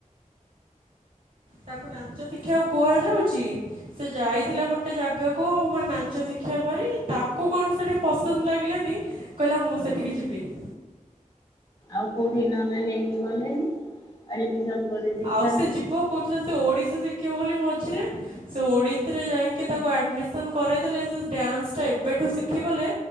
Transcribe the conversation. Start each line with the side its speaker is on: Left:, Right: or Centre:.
Right: ତାକୁ ନାଚ ଶିଖିବାକୁ କୁହାଯାଉଛି। ସେ ଯାଇଥିଲା ଗୋଟେ ଜାଗାକୁ ମାନେ ନାଚ ଶିଖିବା ପାଇଁ। ତାକୁ କଣ ସେଠି ପସନ୍ଦ ଲାଗିଲାନି। କହିଲା ମୁଁ
Left: ହୁଁ
Right: ସେଠିକି ଯିବିନି।
Left: ଆଉ କୋଉଠିକି ନହେଲେ ନେଇକି ଗଲେନି। ଆଡ଼ମିସନ୍ କରେଇ ଦେଇଥାନ୍ତେ
Right: ଆଉ ସେ ଯିବ, କହୁଥିଲା ସେ ଓଡିଶୀ ଶିଖିବ ବୋଲି ମଝିରେ। ସେ ଓଡ଼ିଶୀ ରେ ଯାଇଁକି ତାକୁ ଆଡ଼ମିସନ କରେଇଦେଲେ ସେ ଡ୍ୟାନ୍ସଟା ଏବେଠୁ ଶିଖିଗଲେ